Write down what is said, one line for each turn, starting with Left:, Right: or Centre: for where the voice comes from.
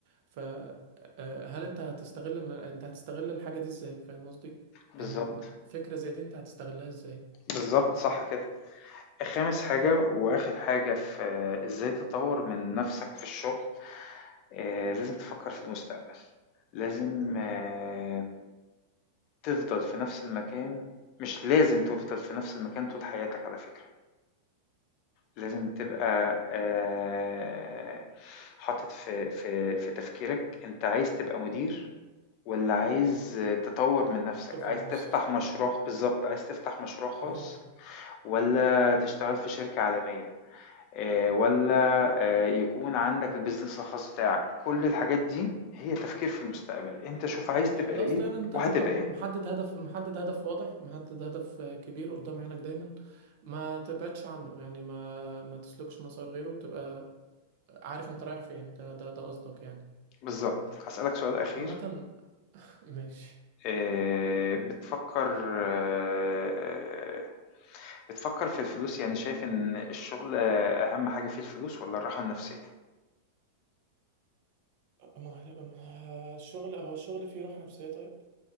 Right: فهل انت هتستغل م- انت هتستغل الحاجة دي ازاي فاهم قصدي
Left: بالظبط
Right: يعني فكرة زي دي انت هتستغلها ازاي
Left: بالظبط
Right: بالظبط
Left: صح كده خامس حاجة وآخر حاجة في آه، إزاي تطور من نفسك في الشغل آه، لازم تفكر في المستقبل لازم آه، تفضل في نفس المكان مش لازم تفضل في نفس المكان طول حياتك على فكرة لازم تبقى آه، حاطط في في في تفكيرك أنت عايز تبقى مدير ولا عايز تطور من نفسك
Right: تفضل
Left: عايز
Right: موظف
Left: تفتح مشروع بالظبط عايز تفتح مشروع خاص
Right: اهو
Left: ولا تشتغل في شركة عالمية آه، ولا آه، يكون عندك البيزنس الخاص بتاعك كل الحاجات دي هي تفكير في المستقبل انت شوف عايز
Right: يعني
Left: تبقى
Right: القصد
Left: ايه
Right: يعني ان انت
Left: وهتبقى
Right: تبقى محدد
Left: ايه
Right: هدف محدد هدف واضح محدد هدف آه، كبير قدام عينك دايما ما تبعدش عنه يعني ما ما تسلكش مسار غيره تبقى عارف انت رايح فين ده ده ده قصدك يعني
Left: بالظبط هسألك سؤال أخير
Right: عامة <laughs> ماشي
Left: آه، بتفكر آه، بتفكر في الفلوس يعني شايف ان الشغل آه، أهم حاجة فيه الفلوس ولا الراحة النفسية
Right: ما ما- الشغل هو الشغل فيه راحة نفسية طيب